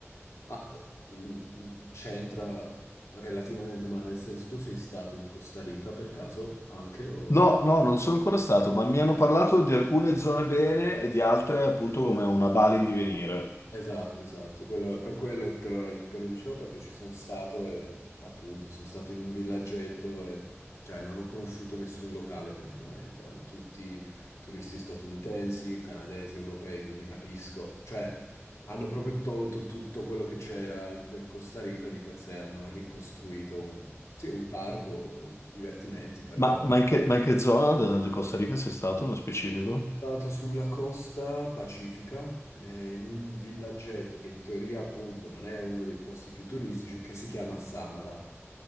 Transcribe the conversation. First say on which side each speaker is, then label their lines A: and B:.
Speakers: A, on the left (about 85°); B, on the left (about 65°).
A: Ma eh, mm, mm, c'entra relativamente, ma nel senso, tu sei stato in Costa Rica per caso anche o...
B: No, no, non sono ancora stato, ma mi hanno parlato di alcune zone bene e di altre appunto come una Bali in divenire.
A: Esatto, esatto. Quello- per quello te lo, te lo dicevo perché ci sono stato e appunto sono stato in un villaggetto e cioè non ho conosciuto nessun locale praticamente, erano tutti turisti statunitensi, canadesi, europei, quindi capisco. Cioè hanno proprio tolto tutto quello che c'era del Costa Rica di per sé, hanno ricostruito un, sì, un parco, divertimenti per
B: Ma,
A: loro.
B: ma in che, ma in che zona de- di Costa Rica sei stato nello specifico?
A: Sono stato sulla costa pacifica, eh, in un villaggetto che in teoria appunto non è uno dei posti più turistici, che si chiama Samara.